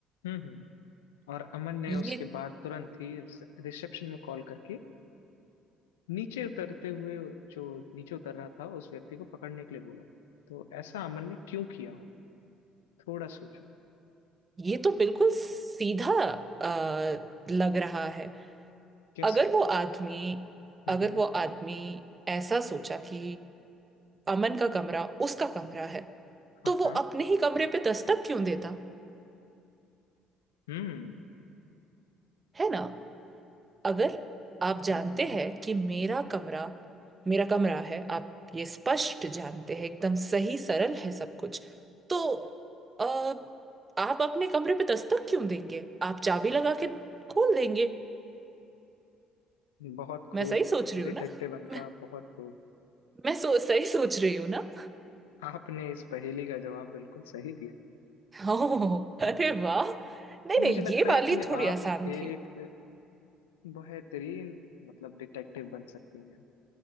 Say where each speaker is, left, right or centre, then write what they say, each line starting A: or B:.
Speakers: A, on the left; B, on the right.
A: हम्म हम्म और अमन ने
B: ये
A: उसके बाद तुरंत ही रिसे- रिसेप्शन में कॉल करके नीचे उतरते हुए जो नीचे उतर रहा था उस व्यक्ति को पकड़ने के लिए बोला तो ऐसा अमन ने क्यों किया होगा थोड़ा सोचो
B: ये तो बिल्कुल सीधा आ, लग रहा है
A: कैसे
B: अगर वो आदमी
A: हम्म
B: अगर
A: हम्म
B: वो आदमी ऐसा सोचा कि अमन का कमरा उसका कमरा है
A: हाँ
B: तो वो
A: हाँ
B: अपने ही कमरे पे दस्तक क्यों देता
A: हम्म
B: है ना अगर आप जानते
A: हम्म हम्म
B: हैं कि मेरा कमरा मेरा कमरा है आप ये स्पष्ट जानते हैं एकदम सही सरल है सब कुछ तो अ, आप अपने कमरे पे दस्तक क्यों देंगे आप चाबी लगा के खोल देंगे
A: बहुत खूब
B: मैं सही सोच रही हूँ
A: डिटेक्टिव
B: ना
A: अनका
B: मैं,
A: बहुत खूब
B: मैं सो, सही सोच रही हूँ ना
A: आपने इस पहेली का जवाब बिल्कुल सही दिया
B: ओह अरे वाह नहीं
A: मुझे
B: नहीं
A: लगता
B: ये
A: है
B: वाली
A: कि
B: थोड़ी
A: आप
B: आसान
A: एक
B: थी
A: अ, बेहतरीन मतलब डिटेक्टिव बन सकती हैं